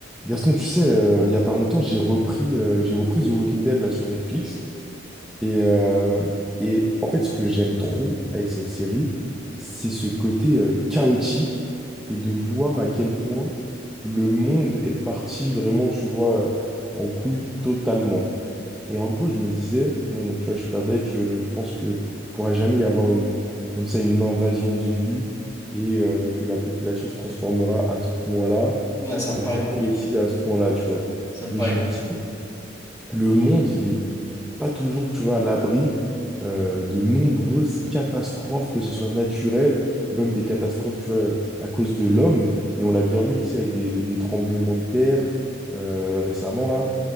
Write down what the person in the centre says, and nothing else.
Gaston, tu sais, euh, il y a pas longtemps, j'ai repris, euh, j'ai repris The Walking Dead là sur Netflix. Et, euh, et en fait, ce que j'aime trop avec cette série, c'est ce côté euh, chaotique et de voir à quel point le monde est parti vraiment, tu vois, euh, en couille totalement. Et en gros, je me disais, bon, tu vois, je suis pas bête, je, je pense que pourra jamais y avoir une, comme ça, une invasion de zombies et euh, que la population se transformera à ce point-là
et
le
monde aussi à ce point-là, tu vois.
Mais
je me
dis, le monde, il est pas toujours, tu vois, à l'abri euh, de nombreuses catastrophes, que ce soit naturelles ou même des catastrophes, tu vois, à cause de l'homme. Et on l'a bien vu, tu sais, avec des, des tremblements de terre euh, récemment, là,